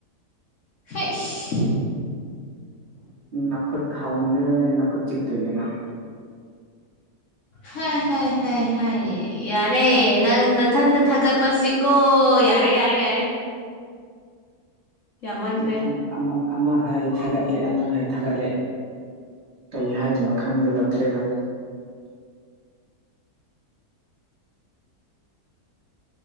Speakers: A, on the left; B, on the right.
A: ꯍꯩꯁ
B: ꯅꯈꯨꯠ ꯍꯥꯎꯃꯟꯗꯅꯅꯦ ꯅꯈꯨꯠ ꯆꯤꯛꯇꯣꯏꯅꯦ ꯅꯪ
A: ꯍꯩ ꯍꯥꯏ ꯍꯥꯏ ꯍꯥꯏ ꯌꯥꯔꯦ ꯅꯪ ꯃꯊꯟꯗ ꯊꯥꯒꯠꯄꯁꯤꯀꯣ ꯌꯥꯔꯦ ꯌꯥꯔꯦ ꯌꯥꯔꯦ ꯌꯥꯝꯃꯟꯈ꯭ꯔꯦ
B: ꯑꯝ ꯑꯝ ꯑꯃ ꯑꯃ ꯍꯥꯏ ꯊꯥꯒꯠꯂꯦ ꯑꯃ ꯍꯥꯏ ꯊꯥꯒꯠꯂꯦ ꯀꯩ ꯍꯥꯏꯗꯣꯏꯅꯣ ꯈꯪꯖꯤꯜꯂꯛꯇ꯭ꯔꯦꯗ